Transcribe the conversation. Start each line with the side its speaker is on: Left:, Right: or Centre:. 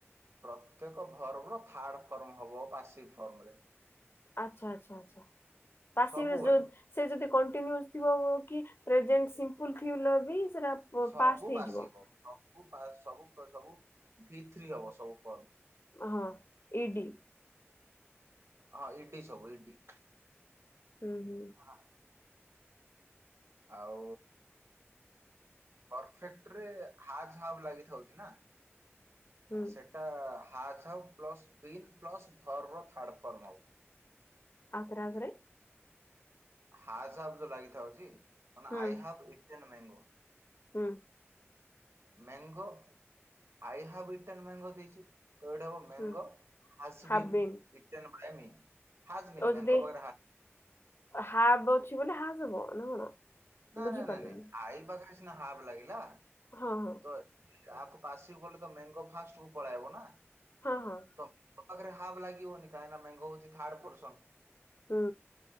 Right: ପ୍ରତ୍ୟେକ ଭର୍ବ ର ଥାର୍ଡ ଫର୍ମ ହବ ପାସିକ୍ ଫର୍ମରେ।
Left: ଆଚ୍ଛା ଆଚ୍ଛା ଆଚ୍ଛା ପାସିବ୍
Right: ସବୁବେଳେ
Left: ରେ ଯୋଉ ସେ ଯଦି କଣ୍ଟିନ୍ୟୁସ ଥିବ କି ପ୍ରେଜେଣ୍ଟ ସିମ୍ପଲ୍ ଥିଲେ ବି ସେଟା
Right: ସବୁ
Left: ପାଷ୍ଟ ହେଇଯିବ
Right: ବାସିବ ସବୁ ସବୁ ସବୁ ଭିତ୍ରୀ ହବ ସବୁ ଫର୍ମ।
Left: ହଁ ଇଡି?
Right: ହଁ ଇଡି ସବୁ ଇଡି।
Left: ହୁଁ-ହୁଁ
Right: ଆ ଆଉ ପର୍‌ଫେକ୍ଟ ରେ ହାଜ ହାବ ଲାଗିଥାଉଛି ନା
Left: ହୁଁ
Right: ସେ ଟା has plus been plus verb third form ହବ।
Left: ଆଉଥରେ ଆଉଥରେ।
Right: ହାଜ୍ ହାବ୍ ଲାଗିଥାଉଛି ମାନେ
Left: ହୁଁ
Right: ଆଇହାବ୍ ଇଟେନ୍ ମ୍ୟାଙ୍ଗ।
Left: ହୁଁ।
Right: Mango I have eaten mango ଦେଇଛି ତ ଏଇଟା ହବ mango
Left: ହୁଁ
Right: has
Left: have been
Right: been eaten by me has ବିନ୍
Left: ଆଉ ଯଦି
Right: ମେଙ୍ଗୋ ପାଖରେ ହା
Left: ହାବ୍ ଅଛି ବୋଲି ହାଜ୍‌ ହବ ନା କଣ?
Right: ନା
Left: ବୁଝିପାରିଲିନି
Right: ନା ନାଇଁ ନାଇଁ ଆଇ ପାଖରେ ସିନା ହାବ୍ ଲାଗିଲା।
Left: ହଁ-ହଁ।
Right: ତ କାହାକୁ ପାସିବି କଲେ ତ ମେଙ୍ଗୋ ଫାଷ୍ଟ କୁ ପଳେଇ ଆସିବ ନା।
Left: ହଁ-ହଁ।
Right: ତ ପାଖରେ ହାବ୍ ଲାଗିବନି କାହିଁକି ନା ମ୍ୟାଙ୍ଗୋ ହଉଚି ଥାର୍ଡ ପୁରୁଷ।
Left: ହୁଁ।